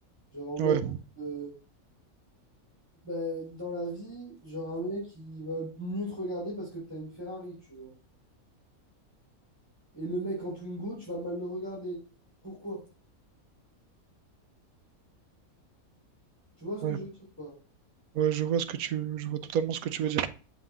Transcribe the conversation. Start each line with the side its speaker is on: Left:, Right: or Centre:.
Centre: Genre en mode.
Right: Ouais.
Centre: euh, Ben, dans la vie, genre un mec qui va mieux te regarder parce que t'as une Ferrari, tu vois. Et le mec en Twingo, tu vas mal le regarder. Pourquoi? Tu vois ce
Right: ouais.
Centre: que je veux dire ou pas?
Right: Ouais, je vois ce que tu, je vois totalement ce que tu veux dire.